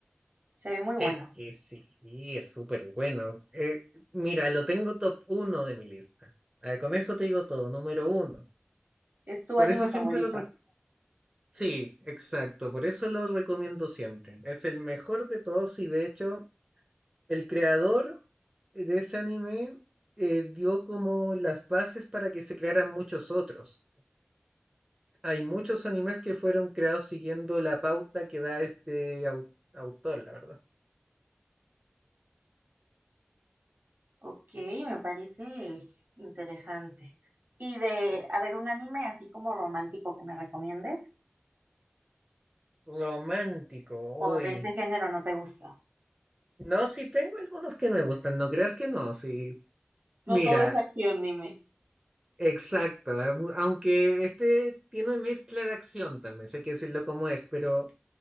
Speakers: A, on the right; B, on the right.
A: Se ve muy bueno.
B: Es que sí, es súper bueno. Eh, mira, lo tengo top uno de mi lista. Ah, con eso te digo todo, número uno.
A: ¿Es tu
B: Por
A: anime
B: eso siempre
A: favorito?
B: lo... rec- Sí, exacto, por eso lo recomiendo siempre. Es el mejor de todos y de hecho el creador de ese anime eh, dio como las bases para que se crearan muchos otros. Hay muchos animes que fueron creados siguiendo la pauta que da este au- autor, la verdad.
A: Ok, me parece interesante. ¿Y de, a ver, un anime así como romántico que me recomiendes?
B: Romántico,
A: ¿O
B: uy.
A: de ese género no te gusta?
B: No, sí tengo algunos que me gustan, no creas que no, sí. Mira,
A: No todo es acción, dime.
B: exacto, au- aunque este tiene mezcla de acción también, sé que decirlo como es, pero